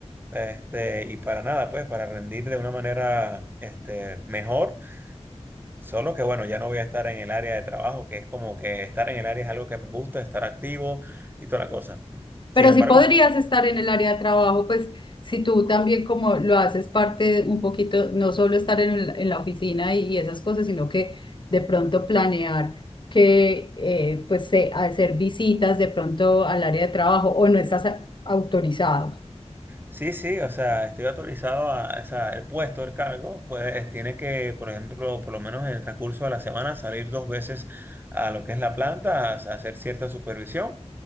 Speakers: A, on the right; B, on the left.
A: Este, y para nada, pues, para rendir de una manera, este, mejor Solo que bueno, ya no voy a estar en el área de trabajo, que es como que estar en el área es algo que me gusta, estar activo y toda la cosa.
B: Pero
A: Sin embargo,
B: sí podrías estar en el área de trabajo, pues si tú también como lo haces parte un poquito, no solo estar en, el- en la oficina y, y esas cosas, sino que de pronto planear que eh, pues se- hacer visitas de pronto al área de trabajo o no estás a- autorizado.
A: sí, sí, o sea, estoy autorizado a, o sea, el puesto, el cargo, pues tiene que, por ejemplo, por lo menos en el transcurso de la semana, salir dos veces a lo que es la planta, a, a hacer cierta supervisión,